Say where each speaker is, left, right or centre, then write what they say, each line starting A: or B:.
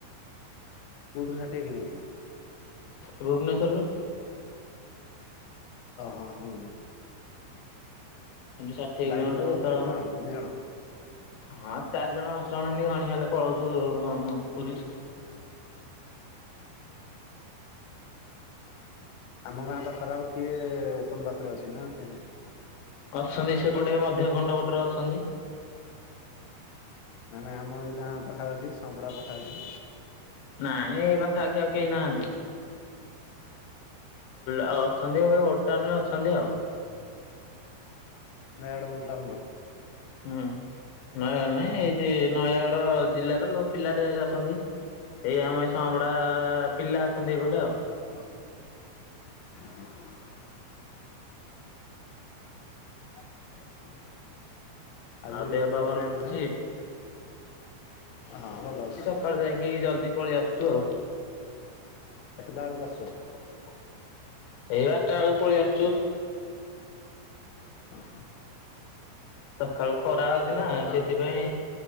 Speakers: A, on the left; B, on the left.
A: କୋଉଠୁ ସାଠିଏ କିଲୋମିଟର୍?
B: ଭୁବନେଶ୍ଵରରୁୁ।
A: ଅ ହ ହୁଁ।
B: ଏଠୁ ଷାଠିଏ
A: ବାଇକ
B: କିଲୋମିଟର
A: ରେ ପଳଉଛ
B: ଯେତେବେଳେ
A: କେତେ ଜଣ ଦି ଜଣ?
B: ହଁ ଚାରି ଜଣ ଆଠ ଜଣ ଏନ୍ତି ଘଣି ହେଲେ ପଳଉଛୁ ପୁରୀ।
A: ଆମ ଗାଁ ପାଖରେ ଆଉ କିଏ ତମ ପାଖ ଖରେ ଅଛି ନା କେ
B: ଅଛନ୍ତି ସେପଟେ ମଧ୍ୟ ଖଣ୍ଡପଟରେ ଅଛନ୍ତି।
A: ନା ନାଇ ଆମ ଏଇ ଗାଁ ପାଖପାଖି ସମ୍ପଡ଼ା ପାଖାପାଖି
B: ନାଇଁ ଏ ପାଖାପଖି ଆଉ କେହି ନାହାନ୍ତି। ଅଛନ୍ତି ଓଲ୍ଟାଉନ ରେ ଅଛନ୍ତି ଆଉ।
A: ମ୍ୟାଡ଼ ଉଲଟାଉନର।
B: ହୁଁ ନୟା ନାଇଁ ଏଇ ଯେ ନୟାଗଡ ଜିଲ୍ଲାର ପିଲା ଢେର ଅଛନ୍ତି। ଏଇ ଆମ ଏଇ ସଁପଡା ପିଲା ଅଛନ୍ତି ଏଇପଟେ ଆଉ।
A: <unintelligible> ଓୁ ହୋ <inaudible> <inaudible> ଆଜି
B: ଆଉ ଦେହ
A: ଡ୍ୟୁଟି
B: ପା ଭଲ
A: ନାଇଁ ବୋଧେ
B: ଅଛି।
A: ହଁ ଭଲ ଅଛି।
B: ଆକାଳୁ ଯାଇକି ଜଲଦି ପଳେ ଆସଚୁ ଆଉ।
A: କେତେଟା ଆଳୁ ଆସ
B: ଏଇ ବାରଟା ବେଳକୁ ପଳେଇ ଆସୁଛୁ।
A: ଓହୋ।
B: ସକାଳୁ ଖରା ହଉଚି
A: କଲର
B: ନା
A: ଗାଁ
B: ସେଥିପାଇଁ